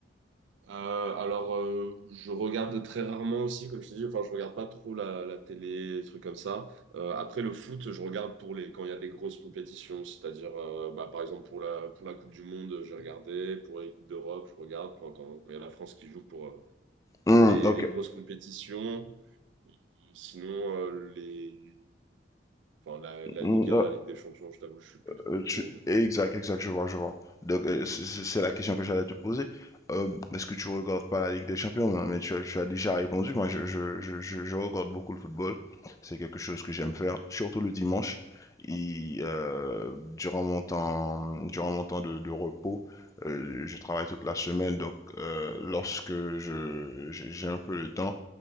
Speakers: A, on the right; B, on the left.
A: Euh, alors, euh, je regarde très rarement aussi, comme je t'ai dit, enfin, je regarde pas trop la, la télé, des trucs comme ça. Euh, après le foot, je regarde pour les, quand il y a des grosses compétitions, c'est-à-dire, euh, bah, par exemple, pour la, pour la Coupe du Monde, j'ai regardé, pour les Coupes d'Europe, je regarde, quand, quand, quand il y a la France qui joue pour, euh,
B: Hmm,
A: pour les,
B: ok.
A: les grosses compétitions. Sinon, euh, les, enfin, la, la
B: Hmm,
A: Ligue un,
B: euh,
A: la Ligue des Champions, je t'avoue, je suis plus trop,
B: euh,
A: trop.
B: tu-
A: Mais...
B: Exact, exact, je vois, je vois. Donc, euh, c'est c'est- c'est la question que j'allais te poser. Euh, est-ce que tu regardes pas la Ligue des Champions? Non, mais tu as, tu as déjà répondu. Moi, je, je, je, je- je regarde beaucoup le football. C'est quelque chose que j'aime faire, surtout le dimanche. Et, euh, durant mon temps, durant mon temps de, de repos, euh, je travaille toute la semaine. Donc, euh, lorsque je, j'ai j'ai un peu le temps,